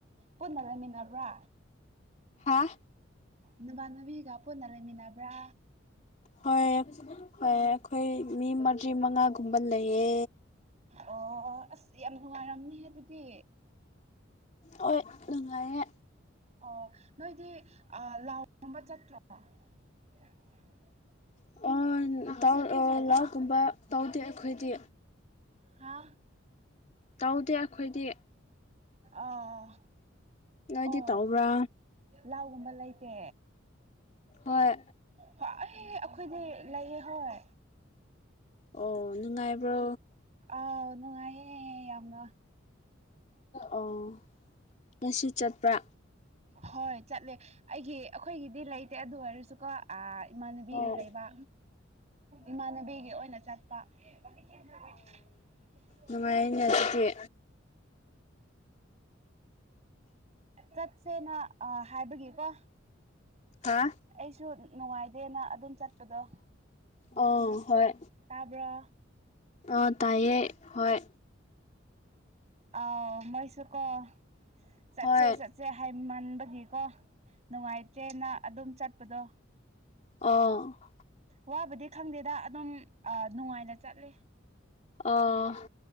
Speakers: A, on the right (about 35°); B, on the left (about 35°).
A: ꯄꯨꯟꯅ ꯂꯩꯃꯤꯟꯅꯕ꯭ꯔꯥ
B: ꯍꯥꯥ
A: ꯅꯥꯝꯅꯥꯕꯤꯒ ꯄꯨꯟꯅ ꯂꯩꯃꯤꯟꯅꯕ꯭ꯔꯥ
B: ꯍꯣꯏ ꯍꯣꯏ ꯑꯩꯈꯣꯏ ꯃꯤ ꯃꯔꯤ ꯃꯉꯥꯒꯨꯝꯕ ꯂꯩꯌꯦ
A: ꯑꯣ ꯑꯣ ꯑꯁ ꯌꯥꯝ ꯅꯨꯡꯉꯥꯏꯔꯝꯅꯤꯍꯦ ꯑꯗꯨꯗꯤ
B: ꯍꯣꯏ ꯅꯨꯡꯉꯥꯏꯌꯦ
A: ꯑꯣ ꯅꯣꯏꯗꯤ ꯑꯥ ꯂꯥꯎꯒꯨꯝꯕ ꯆꯠꯇ꯭ꯔꯣ <unintelligible>
B: <unintelligible> ꯂꯥꯎꯀꯨꯝꯕ ꯇꯧꯗꯦ ꯑꯩꯈꯣꯏꯗꯤ
A: ꯍꯥ
B: ꯇꯧꯗꯦ ꯑꯩꯈꯣꯏꯗꯤ
A: ꯑꯥ
B: ꯅꯣꯏꯗꯤ
A: ꯑꯣ
B: ꯇꯧꯕ꯭ꯔꯥ
A: ꯂꯥꯎꯒꯨꯝꯕ ꯂꯩꯇꯦ
B: ꯍꯣꯏ
A: ꯍꯣꯏ ꯑꯩ ꯑꯩꯈꯣꯏꯗꯤ ꯂꯩꯌꯦ ꯍꯣꯏ
B: ꯑꯣ ꯅꯨꯡꯉꯥꯏꯕ꯭ꯔꯣ
A: ꯑꯥꯎ ꯅꯨꯡꯉꯥꯏꯌꯦ ꯌꯥꯝꯅ
B: ꯑꯣ ꯉꯁꯤ ꯆꯠꯄ꯭ꯔꯥ
A: ꯍꯣꯏ ꯆꯠꯂꯦ ꯑꯩꯒꯤ ꯑꯩꯈꯣꯏꯒꯤꯗꯤ ꯂꯩꯇꯦ ꯑꯗꯨ ꯑꯣꯏꯔꯁꯨꯀꯣ ꯑꯥ ꯏꯃꯥꯟꯅꯕꯤꯒꯤ
B: ꯑꯣ
A: ꯂꯩꯕ ꯏꯃꯥꯟꯅꯕꯤꯒꯤ ꯑꯣꯏꯅ ꯆꯠꯄ <unintelligible>
B: ꯅꯨꯡꯉꯥꯏ ꯌꯦꯅꯦ ꯑꯗꯨꯗꯤ
A: ꯆꯠꯁꯦꯅ ꯍꯥꯏꯕꯒꯤꯀꯣ
B: ꯍꯥ
A: ꯑꯩ ꯁꯨ ꯅꯨꯡꯉꯥꯏꯗꯦꯅ ꯑꯗꯨꯝ ꯆꯠꯄꯗꯣ
B: ꯑꯧ ꯍꯣꯏ
A: ꯇꯥꯕ꯭ꯔꯣ
B: ꯑꯣ ꯇꯥꯏꯌꯦ ꯍꯣꯏ
A: ꯑꯥꯎ ꯃꯩꯁꯨ ꯀꯣ ꯆꯠꯁꯦ
B: ꯍꯣꯏ
A: ꯆꯠ ꯁꯦ ꯍꯥꯏꯃꯟꯕꯒꯤꯀꯣ ꯅꯨꯡꯉꯥꯏꯇ꯭ꯔꯦꯅ ꯑꯗꯨꯝ ꯆꯠꯄꯗꯣ
B: ꯑꯣ
A: ꯋꯥꯕꯨꯗꯤ ꯈꯪꯗꯦꯗ ꯑꯗꯨꯝ ꯑꯥ ꯅꯨꯡꯉꯥꯏꯅ ꯆꯠꯂꯤ
B: ꯑꯣ